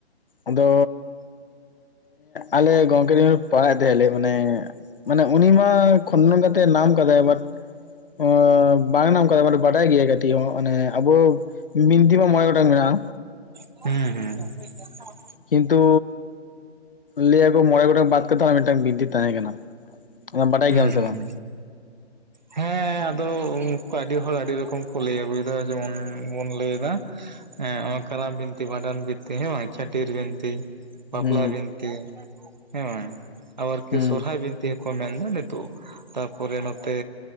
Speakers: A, on the left; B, on the right.
A: ᱟᱫᱚ ᱟᱞᱮ ᱜᱚᱝᱠᱮ <unintelligible> ᱯᱟᱲᱦᱟᱣᱮᱫ ᱛᱟᱦᱮᱸᱫ ᱞᱮ ᱢᱟᱱᱮ ᱢᱟᱱᱮ ᱩᱱᱤ ᱢᱟ ᱠᱷᱚᱫᱨᱚᱱ ᱠᱟᱛᱮ ᱱᱟᱢ ᱠᱟᱫᱟᱭ ᱵᱟᱴ ᱚᱸᱼᱼ ᱵᱟᱝ ᱱᱮᱢᱟᱢ ᱠᱟᱫᱟ ᱢᱟᱱᱮ ᱵᱟᱰᱟᱭ ᱜᱮᱭᱟ ᱠᱟᱹᱴᱤᱡ ᱚᱱᱮ ᱟᱵᱚ ᱵᱤᱱᱛᱤ ᱢᱟ ᱢᱚᱸᱬᱮ ᱜᱚᱴᱟᱝ ᱢᱮᱱᱟᱜᱼᱟ᱾
B: ᱦᱩᱸ ᱦᱩᱸ
A: ᱠᱤᱱᱛᱩ ᱞᱟᱹᱭ ᱟᱠᱚ ᱢᱚᱸᱬᱮ ᱜᱚᱴᱟᱝ ᱵᱟᱫ ᱠᱟᱛᱮᱫ ᱟᱨ ᱢᱤᱫᱴᱟᱝ ᱵᱤᱱᱛᱤ ᱛᱟᱦᱮᱸ ᱠᱟᱱᱟ᱾ ᱚᱱᱟ ᱵᱟᱰᱟᱭ
B: ᱦᱩᱸ
A: ᱜᱮᱭᱟᱢ ᱥᱮ ᱵᱟᱝ?
B: ᱦᱮᱸ ᱟᱫᱚ ᱠᱚ ᱟᱹᱰᱤ ᱦᱚᱲ ᱟᱹᱰᱤ ᱨᱚᱠᱚᱢ ᱠᱚ ᱞᱟᱹᱭ ᱟᱹᱜᱩᱭᱫᱟ ᱡᱮᱢᱚᱱ ᱵᱚᱱ ᱞᱟᱹᱭ ᱫᱟ ᱦᱮᱸ ᱠᱟᱨᱟᱢ ᱵᱤᱱᱛᱤ, ᱵᱷᱟᱸᱰᱟᱱ ᱵᱤᱱᱛᱤ ᱦᱮᱸ ᱵᱟᱝ ᱪᱷᱟᱹᱴᱭᱟᱹᱨ ᱵᱤᱱᱛᱤ᱾ ᱵᱟᱯᱞᱟ
A: ᱦᱩᱸ
B: ᱵᱤᱱᱛᱤ ᱦᱮᱸ ᱵᱟᱝ ᱟᱵᱟᱨ ᱠᱤ
A: ᱦᱩᱸ
B: ᱥᱚᱨᱦᱟᱭ ᱵᱤᱱ ᱫᱤᱭᱮ ᱠᱚ ᱢᱮᱱᱫᱟ ᱱᱤᱛᱳᱜ ᱛᱟᱯᱚᱨᱮ ᱱᱚᱛᱮ